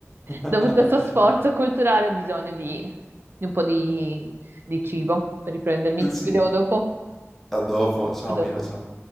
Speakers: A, in the centre; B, on the right.
A: <laughs>
B: Dopo tutto questo sforzo culturale ho bisogno di, di un po' di, di cibo per riprendermi.
A: Sì,
B: Ci vediamo dopo.
A: a dopo. Ciao
B: A dopo.
A: Mira, ciao.